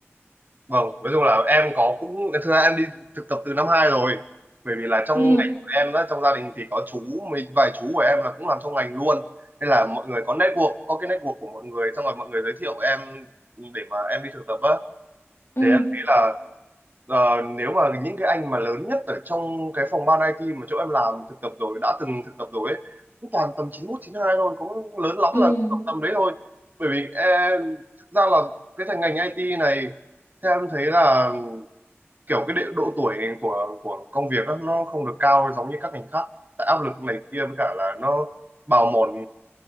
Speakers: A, on the right (about 40°); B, on the left (about 60°).
A: vâng. nói chung là em có cũng thực ra em đi thực tập từ năm hai rồi bởi vì là trong
B: Ừ,
A: ngành của em á, trong gia đình thì có chú mấy vài chú của em là cũng làm trong ngành luôn nên là mọi người có network có cái network của mọi người xong rồi mọi người giới thiệu em để mà em đi thực tập á
B: ừ,
A: thì em thấy là Ờ, nếu mà những cái anh mà lớn nhất ở trong cái phòng ban IT mà chỗ em làm thực tập rồi đã từng thực tập rồi ấy cũng toàn tầm chín mốt chín hai thôi cũng lớn lắm
B: ừ,
A: là tầm, tầm đấy thôi bởi vì em thực ra là cái thành ngành IT này theo em thấy là kiểu cái địa- độ tuổi của của công việc á, nó không được cao giống như các ngành khác tại áp lực này kia với cả là nó bào mòn